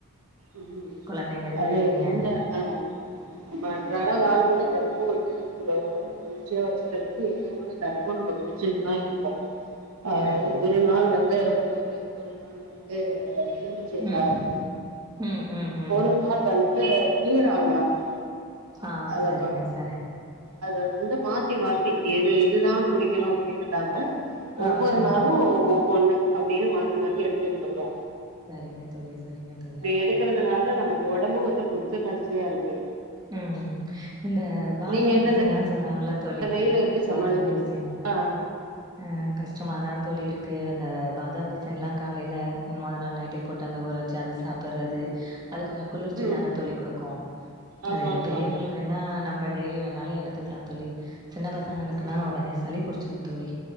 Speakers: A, on the right (about 70°); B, on the right (about 20°).
A: ம்
B: குழந்தைங்களுக்கு
A: அது
B: நீங்க
A: என்ன ஆ நம்ப அன்றாட வாழ்வுல தெனமும் வந்து ஒட ஒடம்ப குளிர்ச்சியா வச்சிக்கிறதுக்கு ஏதோ ஒன்னு தெனமும் நம்ம குடிச்சுக்கிட்டு தா இருக்கோ ஆ
B: சரிங்க தோழி
A: ஒரு நாள் வந்து மோரு ஒரு நாள் வந்து எலுமிச்சை
B: ம்
A: சாறு
B: ம் ம் ம்
A: ஒரு நாள் வந்து து நீர் ஆகாரம்
B: ஆஹ்
A: அதை
B: செரிங்க சார்
A: அதை வந்து மாத்தி மாத்தி எது இதுதா குடிக்கணு அப்டின்னு இல்லாம
B: ஆ
A: ஒவ்வொரு
B: ஆ
A: நாளு ஒவ்வொ பொண்ணு அப்படின்னு மாத்தி மாத்தி எடுத்துட்டு இருப்போ
B: சரிங்க தோழி சரிங்க தோழி
A: எடுக்கிறதுனால நமக்கு உடம்பு கொஞ்சோ புத்துணர்ச்சியா இருக்கு
B: உம் இந்த பாதாம்
A: நீங்கள் என்ன
B: பிசின் எல்லா சொல்றாங்கல்ல தோழி
A: இந்த வெயிலை எப்படி சமாளிக்கிறீங்க
B: பாதாம் பிசின்
A: ஆ
B: ம் கஷ்டமாதான் தோழி இருக்கு இது அந்த பாதாம் பிசின்லா காலைல மொத நாள் நைட்டே போட்டு அந்த ஊற வெச்சு அது சாப்பிடுறது அது கொஞ்சோ குளிர்ச்சி
A: ம்
B: தான தோழி குடுக்கு
A: ஆமாம்
B: அது
A: ஆமாம்
B: பெரியவங்களுக்கு வேணா நம்ப டெய்லி வேணாலு எடுத்துக்கலா தோழி சின்ன பசங்களுக்குனா
A: ம்
B: உடனே சளி புடிச் சிருந் தோழி